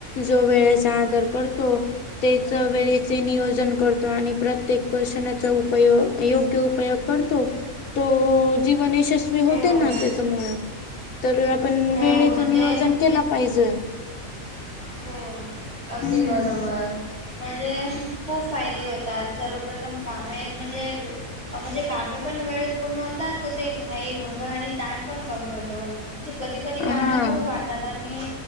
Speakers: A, on the left; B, on the right.
A: जो वेळेचा आदर करतो तेच
B: बरोबर
A: वेळेचे नियोजन करतो आणि प्रत्येक कर्षणाचा उपयोग योग्य उपयोग करतो तो जीवन यशस्वी
B: हो
A: होते ना त्याच्यामुळे तर आपण
B: हो
A: वेळेच
B: म्हणजे
A: नियोजन केलं पाहिजे
B: हो अगदी
A: हम्म
B: बरोबर म्हणजे खूप फायदे होतात सर्वप्रथम काम आहेत म्हणजे म्हणजे कामे पण वेळेत पूर्ण होतात तसे घाई गोंधळ आणि ताण पण कमी होतो म्हणजे कधी कधी कामे
A: हा
B: खूप वाटतात आणि